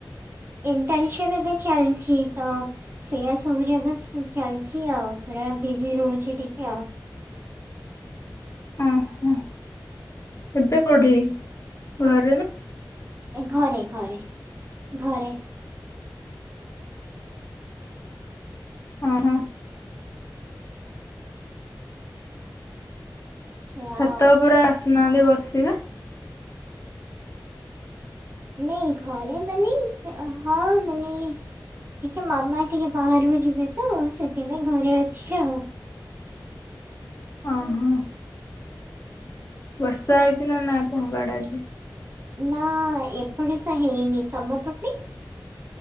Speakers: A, on the right; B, on the left.
A: ଇଣ୍ଟର୍ନସିପ୍ ଏବେ ଚାଲିଛି ତ ସେୟା ସବୁ ଜାଗା ଚାଲିଛି ଆଉ ପୁରା ବିଜି ରହୁଛି ଟିକେ ଆଉ।
B: ଓହୋ ଏବେ କୋଉଠି ଘରେ ନା?
A: ଏ ଘରେ ଘରେ ଘରେ।
B: ହଁ ହଁ।
A: ସେଇଆ
B: ଛାତ
A: ଆଉ
B: ଉପରେ ଆସୁ <unintelligible> ବସିବା।
A: ନାଇ ଘରେ ମାନେ ହଁ ମାନେ ଟିକେ ମାମା ଟିକେ ବାହାରକୁ ଯିବେ ତ ସେଥିପାଇଁ ଘରେ ଅଛି ଆଉ।
B: ଓ
A: ଉଁ,
B: ହୋ। ବର୍ଷା ହେଇଛି ନା ନା ଆପଣଙ୍କ ଆଡେ ଆଜି?
A: ନା ଏପଟେ ତ ହେଇନି ତମ ପଟେ?